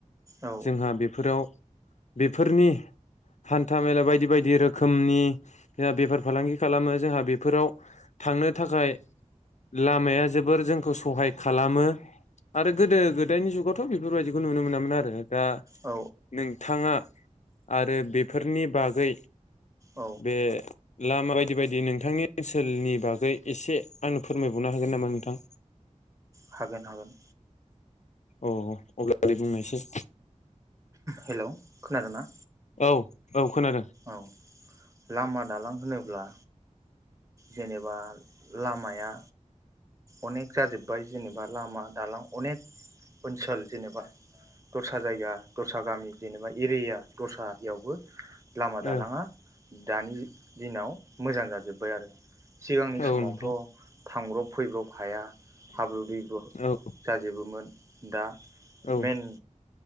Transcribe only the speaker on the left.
जोंहा बेफोराव बेफोरनि हान्था मेला बायदि बायदि रोखोमनि जोंहा बेफार फालांगि खालामो जोंहा बेफोराव थांनो थाखाय लामाया जोबोर जोंखौ सहाय खालामो आरो गोदो गोदायनि जुगावथ' बेफोरबायदिखौ नुनो मोनामोन आरो दा
नोंथाङा आरो बेफोरनि बागै
बे लामा बायदि बायदि नोंथांनि ओनसोलनि बागै एसे आंनो फोरमायबावनो हागोन नामा नोंथां?
अ अब्लालाय बुंनायसाय।
औ औ खोनादों
ओ
औ नोंथां
औ
औ